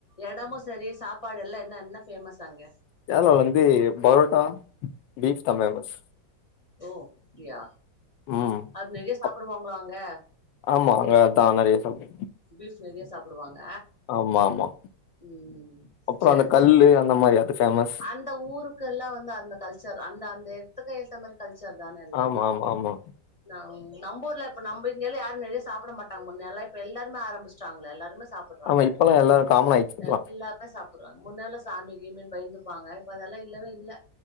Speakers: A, on the left; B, on the left.
A: எடமு செரி சாப்பாடு எல்லா என்ன என்ன ஃபேமஸ் அங்க
B: கேரளால வந்து பரோட்டா பீப் தா ஃபேமஸ்
A: ஓ அப்டியா
B: ம்
A: அது நெறைய சாப்பிடுவாங்களோ
B: அப்
A: அங்க
B: ஆமா அங்க அத்தா நெறைய சாப்டு
A: பீஃப் நறியா சாப்புடுவாங்க
B: ஆமா ஆமா
A: ம்
B: அப்புறோ
A: சேரி
B: அந்த கல்லு
A: சேரி
B: அந்த மாறி அது ஃபேமஸ்
A: அந்த ஊருக்கெல்லா வந்து அந்த கல்ச்சர் அந்த அந்த எட துக்கு ஏத்த மாறி கல்ச்சர் தானே எல்லாமே
B: ஆமா ஆமா ஆமா
A: நம் நம்பூர்ல இப்ப நம்ம இங்கயெல்லா யாரு நெறைய சாப்பிட மாட்டங்க முன்னயெல்லா இப்ப எல்லாருமே ஆரம்பிச்சுட்டாங்கல எல்லாருமே சாப் ப்பிறாங்க
B: ஆமா இப்பெல்லா எல்லாரு காமன் ஆயிடுச்சு இதெல்லா
A: எல்லா சாப்புட்றாங்க முன்னெல்லா சாமி கிமின்னு பயந்துப்பாங்க இப்ப அதெல்லா இல்லவே இல்ல